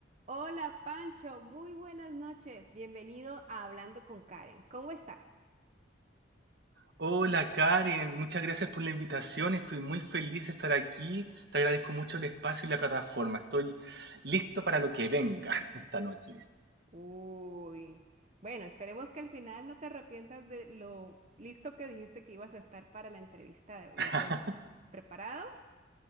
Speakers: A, on the right; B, on the right.
A: Hola Pancho, muy buenas noches. Bienvenido a Hablando con Karen. ¿Cómo estás?
B: Hola Karen, muchas gracias por la invitación. Estoy muy feliz de estar aquí. Te agradezco mucho el espacio y la plataforma. Estoy listo para lo que venga <laughs> esta noche.
A: Uy, bueno, esperemos que al final no te arrepientas de lo listo que dijiste que ibas a estar para la entrevista de hoy.
B: <laughs>
A: Entonces, ¿preparado?